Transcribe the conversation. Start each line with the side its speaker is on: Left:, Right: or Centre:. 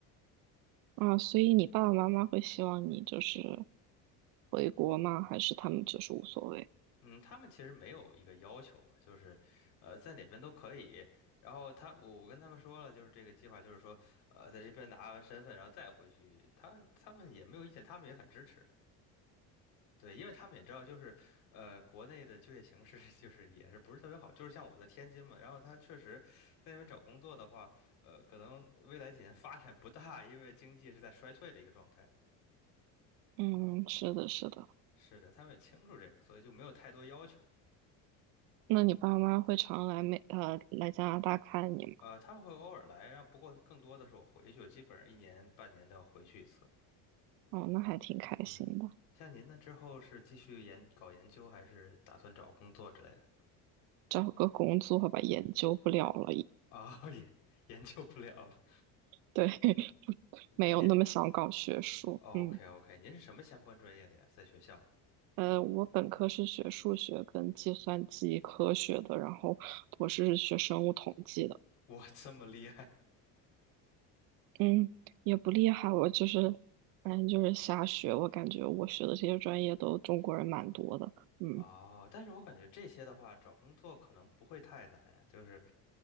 Right: 啊，所以你爸爸妈妈会希望你就是回国吗？还是他们就是无所谓？
Left: 嗯，他们其实没有一个要求吧，就是，呃，在哪边都可以。然后他，我我跟他们说了，就是这个计划，就是说，呃，在这边拿完身份，然后再回去。他他们也没有意见，他们也很支持。对，因为他们也知道，就是呃，国内的就业形势 <laughs> 就是也是不是特别好，就是像我在天津嘛，然后他确实在那边找工作的话，呃，可能未来几年发展不大，因为经济是在衰退的一个状态。
Right: 嗯，是的，是的。
Left: 是的，他们也清楚这个，所以就没有太多要求。
Right: 那你爸妈会常来美呃来加拿大看你吗？
Left: 呃，他们会偶尔来，然后不过更多的是我回去，我基本上一年半年都要回去一次的。
Right: 哦，那还挺开心的。
Left: 嗯，像您呢，之后是继续研搞研究，还是打算找工作之类的？
Right: 找个工作吧，研究不了了已。
Left: 啊、<laughs> 也研究不了了。
Right: 对，<laughs> 没有那么想搞学术。
Left: 您 OK
Right: 嗯，
Left: OK，您是什么相关专业的呀？在学校？
Right: 呃，我本科是学数学跟计算机科学的，然后博士是学生物统计的。
Left: 哇，这么厉害
Right: 嗯，也不厉害，我就是反正就是瞎学。我感觉我学的这些专业都中国人蛮多的。嗯，
Left: 哦！但是我感觉这些的话，找工作可能不会太难呀。就是，